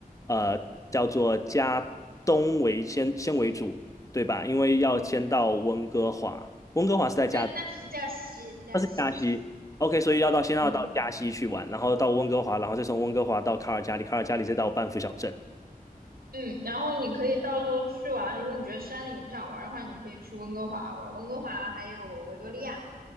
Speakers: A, on the left; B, on the right.
A: 呃叫做加东为先先为主，对吧？因为要先到温哥华，温哥华是在加，
B: 那那是加西，加西，
A: 那是加西。OK，所以要到先要到加西去玩，
B: 嗯
A: 然后到温哥华，然后再从温哥华到卡尔加里，卡尔加里再到班夫小镇。
B: 嗯。然后你可以到时候去玩，如果你觉得山里你不想玩的话，你可以去温哥华玩。温哥华还有维多利亚，